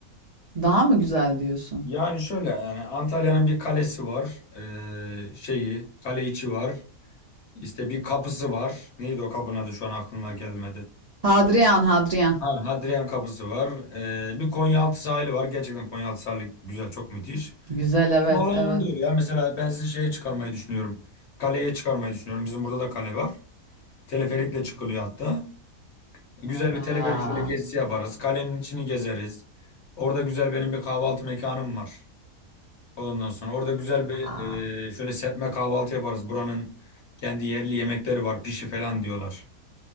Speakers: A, on the right (about 80°); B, on the left (about 50°).
A: daha mı güzel diyorsun?
B: Yani şöyle yani Antalya'nın bir kalesi var. Ee, şeyi, kale içi var. İşte bir kapısı var. Neydi o kapının adı şu an aklımda gelmedi.
A: Hadrian, Hadrian.
B: Ha, Hadrian Kapısı var. Ee, bir Konyaaltı sahili var. Gerçekten Konyaaltı sahili güzel, çok müthiş.
A: Güzel evet,
B: Bizim Alanya'nın
A: evet.
B: da öyle ya. Mesela ben sizi şeye çıkarmayı düşünüyorum. Kaleye çıkarmayı düşünüyorum. Bizim burada da kale var. Teleferikle çıkılıyor hatta. Güzel
A: Vaa,
B: bir teleferik şöyle gezisi yaparız. Kalenin içini gezeriz. Orada güzel benim bir kahvaltı mekanım var. Ondan sonra orada güzel
A: vaa.
B: bir e, şöyle serpme kahvaltı yaparız. Buranın kendi yerli yemekleri var. Pişi falan diyorlar.